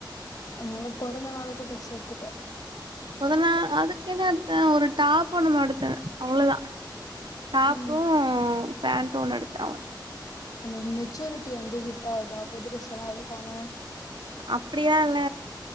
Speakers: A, on the left (about 50°); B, on the right (about 80°).
A: அதனால பொறந்த நாளுக்கு ட்ரெஸ் எடுத்துட்டே
B: பொத நா அதுக்கென்ன எடுத்தே ஒரு டாப் என்னமோ எடுத்தே அவ்ளதா டாப்பூ
A: ம்
B: பேண்டொன்னு எடுத்தே அவ
A: அந்த மெச்சூரிட்டி வந்து ஹிட்டாவுதா புது ட்ரெஸ் எல்லா எடுக்காம
B: அப்டிலா இல்ல